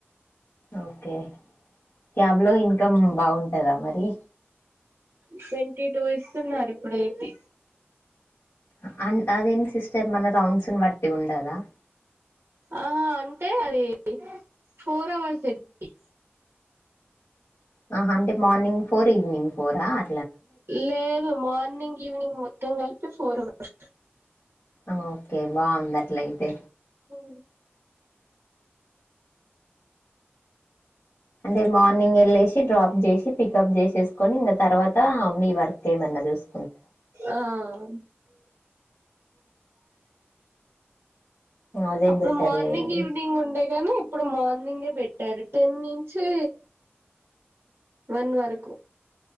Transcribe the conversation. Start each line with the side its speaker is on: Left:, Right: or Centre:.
Left: ఓకే క్యాబ్ లో ఇన్కమ్ బాఉంటదా మరి.
Right: ట్వంటీ టూ ఇస్సున్నారు ఇప్పుడైతే
Left: అ అన్ అదేంన్ సిస్టర్ మన రౌండ్స్ని బట్టి ఉండదా.
Right: ఆఆ అంటే అది ఫోర్ అవర్సె టి
Left: ఆహ అంటే మార్నింగ్ ఫోర్, ఈవినింగ్ ఫోరా అ
Right: లేదు మార్నింగ్ ఈవినింగ్ మొత్తం కలిపి ఫోర్ వ
Left: అఓకే బాంది అట్లైతే
Right: హు
Left: అంటే మార్నింగ్ వెళ్ళేసి డ్రాప్ చేసి పికప్ చేసేసుకొని ఇంకా తర్వాత మీ వర్క్ ఏమన్నా చూసుకో
Right: ఆ అఓ
Left: అదే
Right: అప్పుడు
Left: బెటర్
Right: మార్నింగ్
Left: లేండి
Right: ఈవినింగ్ ఉండే గాని ఇప్పుడు మార్నింగే పెట్టారు టెన్ నుంచి వన్ వరకు